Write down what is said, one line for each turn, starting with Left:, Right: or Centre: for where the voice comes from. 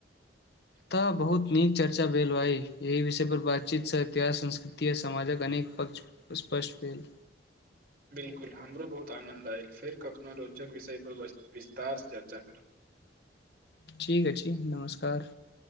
Left: तऽ बहुत नीक चर्चा भेल भाई यहि विषय पर बातचीतसँ इतिहास, संस्कृति आ समाजक अनेक पक्ष स्पष्ट भेल।
Right: बिलकुल हमरो बहुत आनन्द आएल फेर कखनो रोचक विषय पर वस विस्तार से चर्चा करब।
Left: ठीक अछि नमस्कार।